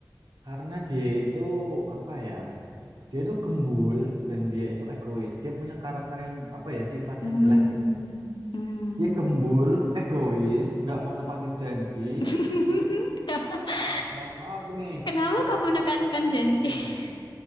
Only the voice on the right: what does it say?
karena dia itu apa ya dia itu gembul dan dia itu egois. Dia punya karakter yang apa ya sifatnya
jelek gitu. loh.
Dia gembul, egois, nggak mau nepatin janji,
terus kurang- maaf, mohon maaf nih
otak-otak
otaknya
juga kurang.